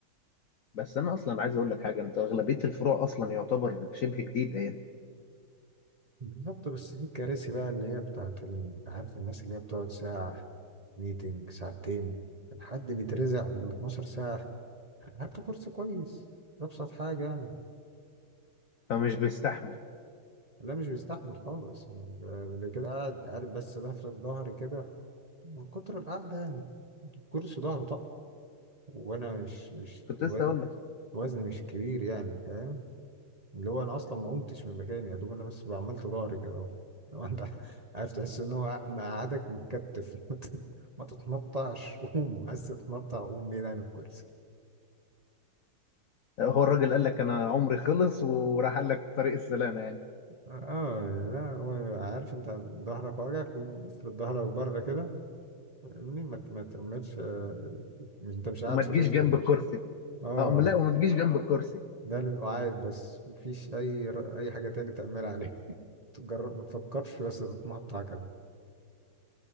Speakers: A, on the left (about 65°); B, on the right (about 30°).
A: بس انا اصلا عايز اقول لك حاجه انت اغلبيه الفروع اصلا يعتبر شبه جديده يعني
B: بالظبط بس في كراسي بقى اللي هي بتاعت ال- عارف الناس اللي هي بتقعد ساعة ميتنج ساعتين كان حد بيترزع من 12 ساعة هات له كرسي كويس أبسط حاجة يعني
A: فمش بيستحمل
B: لا مش بيستحمل خالص أنا ال- اللي كده قاعد عارف بس لفرد ظهري كده من كتر القعدة يعني الكرسي ظهره طق وأنا مش مش
A: كنت لسه
B: وز-
A: اقول
B: وزني مش كبير يعني فاهم اللي هو انا اصلا ما قمتش من مكاني يا دوب انا بس عملت ظهري كده اهو لو انت <laughs> عارف تحس ان هو قعدك متكتف <laughs> ما تت- ما تتنطعش قوم عايز تتنطع قوم بعيد عن الكرسي
A: هو الراجل قال لك انا عمري خلص وراح قال لك طريق السلامه يعني
B: اه لا هو عارف انت ظهرك واجعك قوم افرد ظهرك بره كده فاهمني ما ت- ما تعملش آه، مش انت مش قاعد
A: وما تجيش
B: في بيتكم
A: جنب الكرسي
B: اه
A: اه لا وما تجيش جنب الكرسي
B: ده للقعاد بس مفيش اي ر- اي حاجه تاني تعملها عليه <laughs> تجرب ما تفكرش بس تتنطع كده